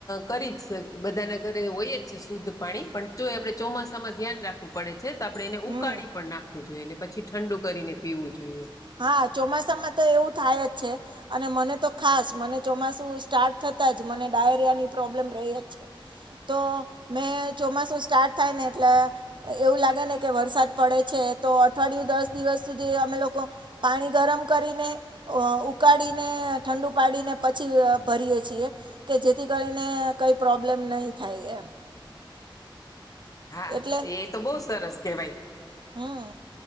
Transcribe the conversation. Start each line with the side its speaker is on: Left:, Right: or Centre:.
Left: કરી જ બધાના ઘરે હોય જ છે, શુદ્ધ પાણી પણ જો આપણે ચોમાસામાં ધ્યાન રાખવુ પડે છે તો આપડણે એને
Right: હમ
Left: ઉકાળી પણ નાખવું જોઈએ ને પછી ઠંડુ કરીને પીવું જોઈએ.
Right: હા ચોમાસામાં તો એવું થાય જ છે. અને મને તો ખાસ મને ચોમાસું સ્ટાર્ટ થતા જ મને ડાયરિયા ની પ્રોબ્લેમ રહી જ છે. તો મેં ચોમાસું સ્ટાર્ટ થાય ને એટલે એવું લાગે ને કે વરસાદ પડે છે, તો અઠવાડિયું દસ દિવસ સુધી અમે લોકો પાણી ગરમ કરીને અ ઉકાળીને ઠંડુ પાડીને પછી ભરીએે છીએ. કે જેથી કરીને કઈ પ્રોબ્લેમ નહી થાય એમ
Left: હા
Right: એટલે
Left: એ તો બહુ સરસ કેહેવાય
Right: હમ